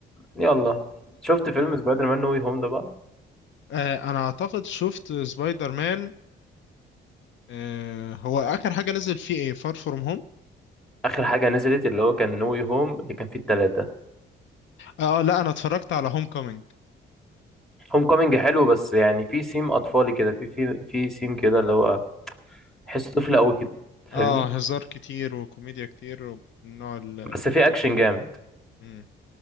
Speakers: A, in the centre; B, on the left.
A: يلا شفت فيلم سبايدر مان نو واي هوم ده بقى
B: آه انا اعتقد شفت سبايدر مان آه هو اخر حاجه نزل فيه ايه فار فروم هوم
A: اخر حاجه نزلت اللي هو كان نو واي هوم اللي كان فيه التلاتة
B: اه آه، لا انا اتفرجت على هوم كومينج
A: هوم كومينج حلو بس يعني في سيم اطفالي كده في في في سيم كده اللي هو تحسه طفل قوي كده فاهمني
B: اه هزار كتير وكوميديا كتير والنوع ال-
A: بس في
B: كده
A: اكشن جامد
B: مم.